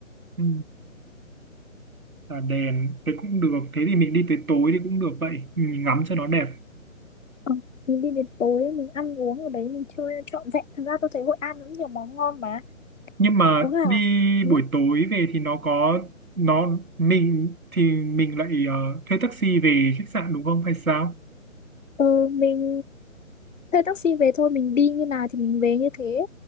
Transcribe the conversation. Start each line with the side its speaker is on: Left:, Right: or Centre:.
Right: ừ. Tà đèn thế cũng được thế thì mình đi tới tối thì cũng được vậy mình ngắm cho nó đẹp
Left: Ờ, mình đi đến tối mình ăn uống ở đấy mình chơi trọn vẹn thật ra tôi thấy Hội An cũng nhiều món ngon mà
Right: nhưng mà
Left: có gà
Right: đi
Left: ừ.
Right: buổi tối về thì nó có nó mình thì mình lại ờ, thuê taxi về khách sạn đúng không hay sao
Left: ừ, mình thuê taxi về thôi mình đi như nào thì mình về như thế